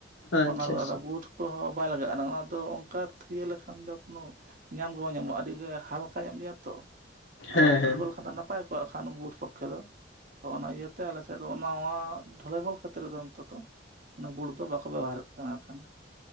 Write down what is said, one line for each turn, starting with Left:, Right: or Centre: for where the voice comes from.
Left: ᱟᱪᱪᱷᱟ
Right: ᱚᱱᱟ ᱨᱮᱱᱟᱜ
Left: ᱟᱪᱪᱷᱟ
Right: ᱫᱚ ᱵᱩᱴᱷ ᱠᱚᱦᱚᱸ ᱵᱟᱭ ᱞᱟᱜᱟᱜ ᱟᱱᱟᱝ ᱚᱱᱟ ᱫᱚ ᱚᱝᱠᱟ ᱛᱷᱤᱭᱟᱹ ᱞᱮᱠᱷᱟᱡ ᱠᱷᱟᱱ ᱫᱚ ᱠᱚᱱᱚ ᱧᱟᱢ ᱜᱮ ᱵᱟᱝ ᱧᱟᱢᱚᱜᱼᱟ ᱟᱹᱰᱤ ᱜᱮ ᱦᱟᱞᱠᱟ ᱧᱚᱜ ᱜᱮᱭᱟ ᱛᱚ
Left: ᱦᱮᱸ
Right: ᱟᱫᱚ
Left: ᱦᱮᱸ
Right: ᱯᱷᱩᱴᱵᱚᱞ ᱠᱷᱟᱱ ᱫᱚ ᱱᱟᱯᱟᱭ ᱠᱚᱜᱼᱟ ᱠᱷᱟᱱ ᱵᱩᱴ ᱥᱚᱠᱷᱮ ᱫᱚ ᱚᱱᱟ ᱤᱭᱟᱹ ᱛᱮ ᱟᱞᱮ ᱥᱮᱫ ᱫᱚ ᱱᱟᱣᱟ ᱰᱷᱚᱹᱞᱟᱹᱭ ᱵᱚᱞ ᱠᱷᱟᱹᱛᱤᱨ ᱫᱚ ᱚᱱᱛᱮ ᱛᱚ ᱚᱱᱟ ᱵᱩᱴ ᱫᱚ ᱵᱟᱠᱚ ᱵᱮᱵᱚᱦᱟᱨᱮᱫ ᱠᱟᱱᱟ ᱮᱠᱷᱟᱱ